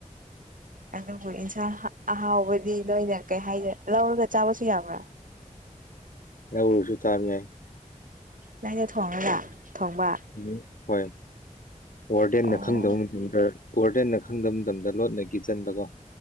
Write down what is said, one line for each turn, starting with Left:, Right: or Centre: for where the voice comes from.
Right: ꯑꯗꯨꯕꯨ ꯏꯟꯁꯥꯡ ꯑꯍꯥꯎꯕꯗꯤ ꯂꯣꯏꯅ ꯀꯩ ꯍꯥꯏꯗꯣꯏꯔ ꯂꯧꯔꯒ ꯆꯥꯕꯁꯨ ꯌꯥꯕ꯭ꯔꯥ
Left: ꯂꯧꯔꯁꯨ ꯆꯥꯕ ꯌꯥꯏ
Right: ꯂꯥꯏꯗ ꯊꯣꯡꯔꯒ ꯊꯣꯡꯕ
Left: ꯎꯝ ꯍꯣꯏ ꯋꯥꯔꯗꯦꯟꯅ
Right: ꯑꯣ
Left: ꯈꯪꯗꯕ ꯃꯇꯝꯗ ꯋꯥꯔꯗꯦꯟꯅ ꯈꯪꯗꯕ ꯃꯇꯝꯗ ꯂꯣꯠꯅ ꯀꯤꯆꯟꯗꯀꯣ